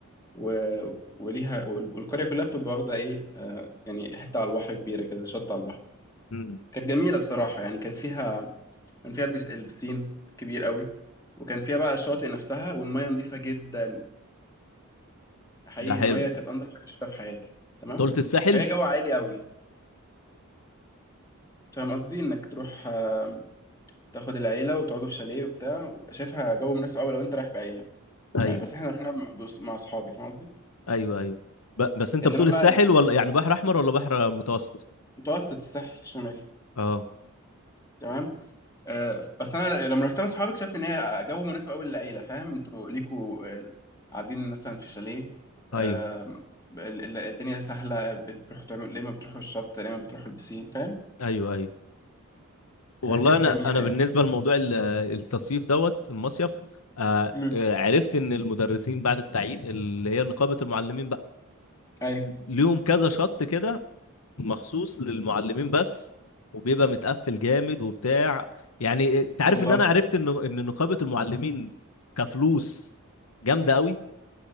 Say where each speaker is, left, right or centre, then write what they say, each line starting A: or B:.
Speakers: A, on the left; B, on the left.
A: و... وليها وال- والقريه كلها بتبقى واخده ايه آه يعني حته على البحر كبيره كده شط على البحر
B: امم
A: كانت جميله بصراحه يعني كان فيها كان فيها بيس... البسين كبير قوي وكان فيها بقى الشاطئ نفسها والميه نظيفه جدا حقيقي
B: ده حلو
A: الميه كانت انضف حاجه شفتها في حياتي تمام
B: انت قلت الساحل
A: فهي جو عائلي قوي فاهم قصدي انك تروح آه، تاخد العيله وتقعدوا في شاليه وبتاع شايفها جو مناسب قوي لو انت رايح بعيله
B: ايوه
A: مع- بس احنا رحنا مع بص- مع اصحابي فاهم قصدي
B: ايوه ايوه ب... بس انت
A: انما
B: بتقول
A: بقى
B: الساحل ولا يعني بحر احمر ولا بحر متوسط
A: متوسط الساحل الشمالي
B: اه
A: تمام آه بس انا لما رحت مع اصحابي اكتشفت ان هي جو مناسب قوي للعيله فاهم انتوا ليكوا آه، قاعدين مثلا في شاليه
B: ايوه
A: آه ال- ال- الدنيا سهله بتروحوا تعملوا ليه ما بتروحوا الشط ليه ما بتروحوا البسين فاهم
B: ايوه ايوه والله
A: آه، كانت
B: انا
A: جميله
B: انا
A: يعني
B: بالنسبه لموضوع ال- التصيف دوت المصيف آه
A: مم.
B: آه، عرفت ان المدرسين بعد التعيين اللي هي نقابه المعلمين بقى
A: ايوه
B: ليهم كذا شط كده مخصوص للمعلمين بس وبيبقى متقفل جامد وبتاع يعني انت عارف
A: والله
B: ان انا عرفت ان ان نقابة المعلمين كفلوس جامدة قوي